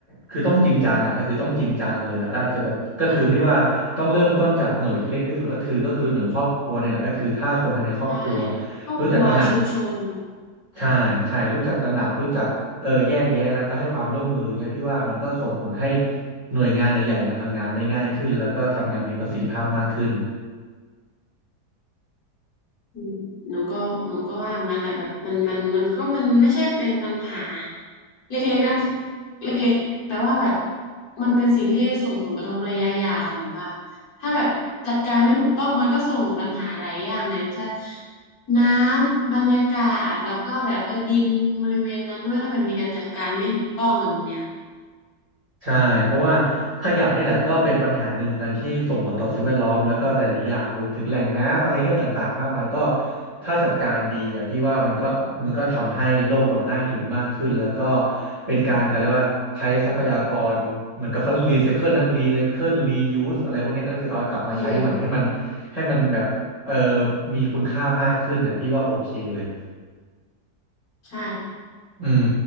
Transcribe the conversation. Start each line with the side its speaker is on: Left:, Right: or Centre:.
Right: คือต้องจริงจังอ่ะก็คือต้องจริงจังเลยแหละแล้วอาจจะแบบก็คือพี่ว่าต้องเริ่มต้นจากหน่วยที่เล็กที่สุดก็คือก็คือหน่วยครอบครัวเนี่ยแหละก็คือถ้าคนภายในครอบครัว
Left: ใช่ใช่ครอบครัวชุมชน
Right: รู้จักตระหนักใช่ใช่รู้จักตระหนักรู้จักเออแยกแยะแล้วก็ให้ความร่วมมือเงี้ยพี่ว่ามันก็ส่งผลให้หน่วยงานใหญ่ๆมันทำงานได้ง่ายขึ้นแล้วก็ทำงานมีประสิทธิภาพมากขึ้น
Left: อืมหนูก็หนูก็ว่ามันแหละแบบมันมันมันก็มันไม่ใช่เป็นปัญหาเล็กๆนั่นเล็กๆแต่ว่าแบบมันเป็นสิ่งที่ส่งผลกระทบระยะยาวหนูว่าถ้าแบบจัดการไม่ถูกต้องมันก็ส่งปัญหาหลายอย่างไหนจะน้ำบรรยากาศแล้วก็แบบเออดินบริเวณนั้นด้วยถ้าแบบมีการจัดการไม่ถูกต้องแบบเนี้ย
Right: ใช่เพราะว่าขยะนี่แหละก็เป็นปัญหาหนึ่งเหมือนกันที่ส่งผลต่อสิ่งแวดล้อมแล้วก็หลายๆ อย่างรวมถึงแหล่งน้ำอะไรเงี้ยต่างๆ มากมายก็ถ้าจัดการดีอ่ะพี่ว่ามันก็มันก็ทำให้โลกเราน่าอยู่มากขึ้นแล้วก็เป็นการเขาเรียกว่าใช้ทรัพยากรเหมือนกับเขารีไซเคิลนะรีไซเคิลรียูสอะไรพวกเนี้ยก็คือเอากลับมาใช้ใหม่ให้มัน
Left: อืม
Right: ให้มันแบบเออมีคุณค่ามากขึ้นนะพี่ว่าโอเคเลย
Left: ใช่
Right: อืม